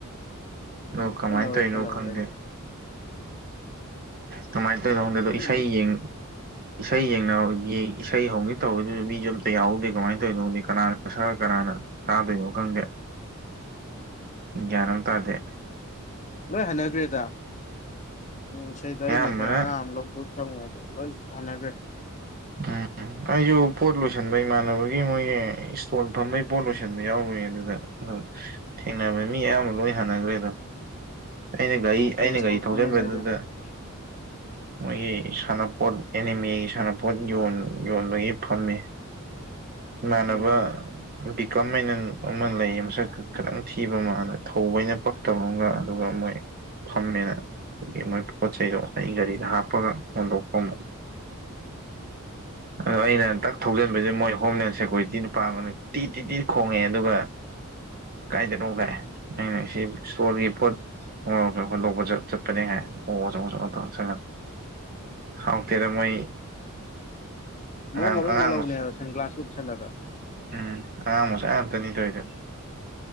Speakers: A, on the right (about 45°); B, on the left (about 35°).
A: ꯑꯗꯣ
B: ꯎꯝꯜꯂꯧꯦ
A: ꯀꯃꯥꯏꯅ ꯇꯧꯔꯤꯅꯣ
B: ꯈꯜꯂꯕ
A: ꯈꯪꯗꯦ
B: ꯀꯩꯅꯣ
A: ꯇꯃꯥꯏ ꯇꯔꯣꯗꯦꯗꯣ
B: ꯎꯝ
A: ꯏꯁꯩꯥ ꯌꯦꯡ ꯏꯁꯩ ꯌꯦꯡꯅꯒꯤ ꯏꯁꯩ ꯍꯧꯅꯤ ꯇꯧꯋꯗꯨꯁꯨ ꯃꯤꯁꯨ ꯑꯝꯇ ꯌꯥꯎꯍꯧꯗꯦ ꯀꯃꯥꯏꯅ ꯇꯧꯔꯤꯗꯧꯦ ꯀꯅꯥꯅ ꯁꯔ ꯀꯅꯥꯅ ꯀꯥꯗꯣꯏꯅꯣ ꯈꯪꯒꯦ
B: <unintelligible>
A: ꯌꯥꯅ ꯇꯥꯗꯦ
B: ꯂꯣꯏ ꯍꯅꯈ꯭ꯔꯦꯗ ꯎ ꯏꯁꯩꯗꯣ ꯑꯩ
A: ꯑꯌꯥꯝꯕꯅ
B: ꯉꯁꯥꯏ ꯑꯉꯥꯡ ꯑꯃ ꯂꯧꯗ ꯆꯉꯗ ꯂꯣꯏ ꯊꯥꯟꯅꯈ꯭ꯔꯦ
A: ꯎꯝ ꯑꯩꯁꯨ ꯄꯣꯠ ꯂꯣꯏꯁꯟꯕ ꯏꯃꯥꯟꯅꯕꯒꯤ ꯃꯣꯏꯒꯤ ꯏꯁꯇꯣꯜ ꯐꯝꯕꯩ ꯄꯣꯠ ꯂꯣꯏꯁꯟꯕ ꯌꯥꯎꯔꯨꯏꯅꯦ ꯑꯗꯨꯗ ꯑꯣ ꯊꯦꯡꯅꯕ ꯃꯤ ꯑꯌꯥꯝꯕ ꯂꯣꯏ ꯍꯥꯟꯅꯈ꯭ꯔꯦꯗ ꯑꯩꯅ ꯒꯥꯔꯤ
B: ꯀꯩ
A: ꯑꯩꯅ
B: ꯏꯁꯇꯣꯜ
A: ꯒꯥꯔꯤ ꯊꯧꯖꯟꯕꯗꯨꯗ
B: ꯐꯝꯃꯦꯅꯣ ꯍꯥꯏꯁꯦ <unintelligible>
A: ꯃꯣꯏꯒꯤ ꯁꯥꯟꯅꯄꯣꯠ ꯑꯦꯅꯤꯃꯦꯒꯤ ꯁꯥꯟꯅꯄꯣꯠ ꯌ ꯌꯣꯟꯕꯒꯤ ꯐꯝꯃꯤ
B: <unintelligible>
A: ꯃꯅꯕ
B: ꯎꯝ
A: ꯕꯤꯀꯝ ꯍꯥꯏꯅ ꯑꯃ ꯂꯩ ꯃꯁꯛ ꯈꯤꯇꯪ ꯊꯤꯕ ꯃꯥꯂ ꯊꯧꯕ ꯍꯥꯏꯩꯅ ꯇꯧꯝꯒ ꯑꯗꯨꯒ ꯃꯣꯏ ꯐꯝꯃꯦꯅ ꯑꯗꯨꯒꯤ ꯃꯣꯏ ꯄꯣꯠ ꯆꯩꯗꯣ ꯑꯩ ꯒꯥꯔꯤꯗ ꯍꯥꯞꯄ ꯄꯒ ꯍꯣꯟꯗꯣꯛꯄ ꯑꯃꯨꯛ ꯑꯣ ꯑꯩꯅ ꯗꯛ ꯊꯧꯖꯤꯟꯕꯁꯦ ꯃꯣꯏ ꯍꯣꯝꯂꯦꯟ ꯁꯦꯀꯌꯨꯔꯤꯇꯤ ꯅꯨꯄꯥꯒꯅ ꯇꯤ ꯇꯤ ꯇꯤ ꯈꯣꯡꯉꯛꯦ ꯑꯗꯨꯒ ꯀꯥꯏꯊꯔꯛꯎꯒꯥꯏ ꯑꯩꯅ ꯁꯤ ꯏꯁꯇꯣꯜꯒꯤ ꯄꯣꯠ ꯍꯣꯏ ꯑꯣꯀꯦ ꯑꯩꯈꯣꯏ ꯂꯧꯕ ꯆꯠꯄꯅꯦ ꯍꯥꯏ ꯑꯣ ꯑꯆꯧ ꯑꯆꯧ ꯑꯧ ꯆꯪꯅꯤ ꯍꯥꯎ ꯇꯔ ꯃꯣꯏ ꯑꯉꯥꯡ
B: ꯃꯑꯣꯡꯒ ꯂꯣꯏ
A: ꯑꯉꯥꯡ
B: ꯃꯥꯜꯍꯧꯅꯦ
A: ꯃꯆꯥ
B: ꯁꯟ ꯒ꯭ꯂꯥꯁꯀ ꯎꯨꯞꯁꯜꯂꯒ
A: ꯎꯝ ꯑꯉꯥꯡ ꯃꯁꯨ ꯉꯥꯛꯇꯅꯤꯗꯧꯗꯅ